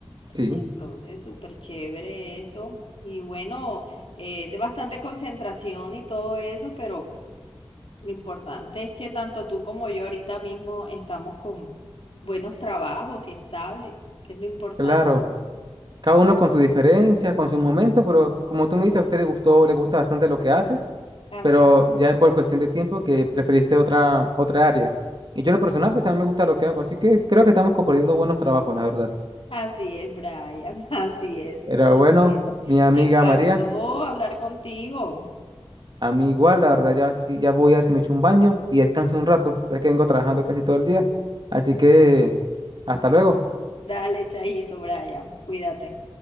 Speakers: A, on the right (about 50°); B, on the left (about 65°).
A: Sí,
B: Entonces, súper chévere eso. Y bueno, eh, de bastante concentración y todo eso, pero lo importante es que tanto tú como yo ahorita mismo estamos con buenos trabajos y estables, que es lo importante.
A: claro. Cada uno con su diferencia con sus momentos, pero como tú me dices, a usted le gustó, le gusta bastante lo que haces,
B: Así.
A: pero ya es por cuestión de tiempo que preferiste otra, otra área. Y yo en lo personal, pues también me gusta lo que hago, así que creo que estamos compartiendo buenos trabajos, la verdad.
B: Así es, Brian, <laughs> así es.
A: Pero
B: Ah,
A: bueno,
B: bueno,
A: mi amiga
B: me encantó
A: María,
B: hablar contigo.
A: a mí igual, la verdad, ya, sí, ya voy a ver si me echo un baño y descanso un rato, ya que vengo trabajando casi todo el día. Así que hasta luego.
B: Dale, chajito, Brian, cuídate.